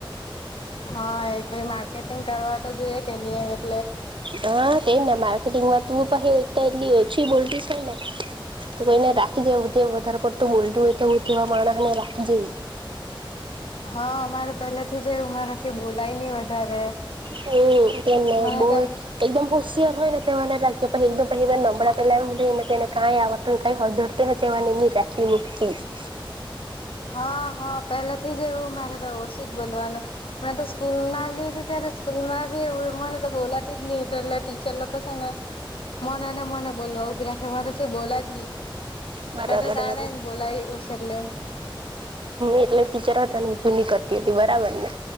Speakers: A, on the left (about 85°); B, on the right (about 65°).
A: હા એ કોઈ માર્કેટિંગ કરવા તો જોઈએ કે ની હવે.
B: હા તે ને માર્કેટિંગમાં તું પહે એક તો એટલી ઓછી બોલતી છે ને તો કોઈને રાખી જોય જે વધારે પડતું બોલતું હોય તો હું તેવા માણસ ને રાખી જે
A: હા અમારે પેલાથી જ એવુ મારાથી બોલાય નહી વધારે.
B: હમ્મ તેને
A: મને
B: બહ
A: તો
B: એકદમ હોશિયાર હોયને તેવા ને રાખ કે પણ એકદમ પેલી વાર એવા નબળા પેલા એમ કઈને તેને કાય આવડતું કઈ હળદર તો એને તેવાને એની રાખી મુકીતી <inaudible>
A: હા હા પેલા થી જ એવું મારે તો ઓશિત બોલવાનું મેં તો સ્કૂલ ના નાની હતી ત્યારે તો સ્કૂલમાં બી એવું મને તો બોલાતું જ ની હતું એટલા ટીચર લોકો શે ને મને ને મને બોલવા ઉભી રાખે મારાથી બોલાય નઈ
B: બરાબર
A: બધા જાણે
B: બરાબર.
A: ને બોલાય હશે એટલે
B: એટલે ટીચર હો તને ઊભી ની કરતી હતી બરાબર ને.